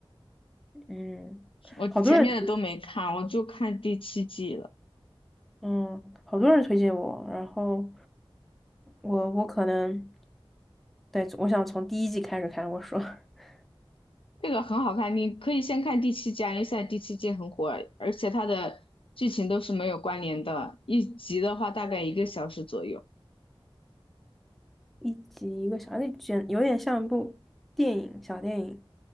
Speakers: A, in the centre; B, on the left.
A: 嗯，
B: 我前面的都没看，
A: 好多人。
B: 我就看第七季了。
A: 嗯，好多人推荐我，然后我我可能，对，我想从第一季开始看。我说 <laughs>
B: 这个很好看，你可以先看第七季啊，因为现在第七季很火，而且它的剧情都是没有关联的，一集的话大概一个小时左右。
A: 一集一个小，那简有点像一部电影，小电影。